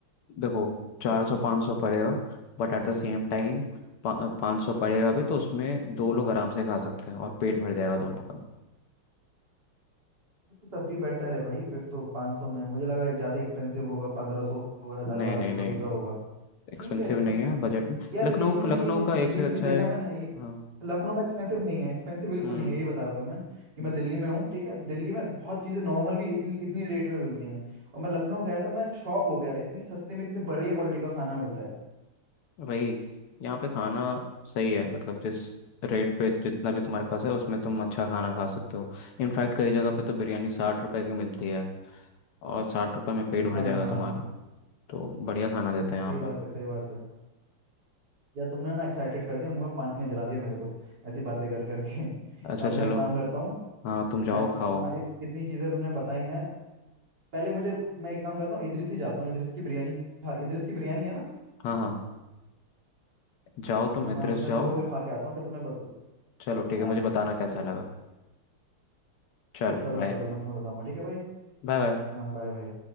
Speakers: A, on the left; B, on the right.
A: देखो चार सौ पाँच सौ पड़ेगा but at the same time पाँच सौ
B: हाँ
A: पड़ेगा भी तो उसमें दो लोग आराम से खा सकते हैं और पेट भर जाएगा दोनों का
B: वो तो तब भी बेटर है भाई फिर तो 500 में मुझे लगा एक ज़्यादा एक्सपेंसिव होगा पंद्रह सौ हज़ार
A: नहीं
B: बारह
A: नहीं
B: सौ
A: नहीं
B: का पिज़्ज़ा होगा ठीक
A: एक्सपेंसिव
B: है ये तो
A: नहीं है बजट में
B: यार
A: लखनऊ
B: लेकिन मैंने
A: लखनऊ
B: ये चीज
A: का एक चीज़
B: ये चीज
A: अच्छा
B: देखा
A: है
B: मैंने ये
A: हाँ
B: लखनऊ में एक्सपेंसिव नहीं है एक्सपेंसिव बिल्कुल
A: हम्म
B: नहीं है यही बता रहा था मैं कि मैं
A: हम्म,
B: दिल्ली में हूँ ठीक है दिल्ली में बहुत चीज़ें नॉर्मल भी इतनी इतनी रेट में मिलती हैं और मैं लखनऊ गया था मैं शॉक हो गया इतनी सस्ते में इतनी बढ़िया क्वालिटी का खाना मिलता है
A: वही यहाँ पे खाना सही है मतलब जिस रेट पे जितना भी तुम्हारे पास है उसमें तुम अच्छा खाना खा सकते हो इनफैक्ट कई जगह पे तो बिरयानी साठ रुपए की मिलती है और साठ रुपए में पेट भर
B: हाँ
A: जाएगा
B: हाँ
A: तुम्हारा तो बढ़िया खाना देते हैं यहाँ
B: सही
A: पर
B: बात है सही बात है यार तुमने ना एक्साइटेड कर दिया मुंह में पानी दिला दिया मेरे तो ऐसी बातें कर करके <laughs>
A: अच्छा
B: अब मैं
A: चलो
B: काम करता हूँ
A: हाँ तुम जाओ
B: मैं
A: खाओ
B: तुम इत, इतनी चीज़ें तुमने बताई हैं पहले मुझे मैं एक काम करता हूँ इदरिस ही जाता हूँ इदरिस की बिरयानी खा इदरिस की बिरयानी है ना
A: हाँ हाँ जाओ तुम एड्रेस
B: हाँ तो मैं
A: जाओ
B: चलो वही खा के आता हूँ फिर तुम्हें बता
A: चलो ठीक है
B: हाँ
A: मुझे बताना कैसा लगा चलो
B: चलो
A: बाय
B: चलो मैं तुम्हें बताऊंगा ठीक है भाई
A: Bye bye
B: हाँ बाय भाई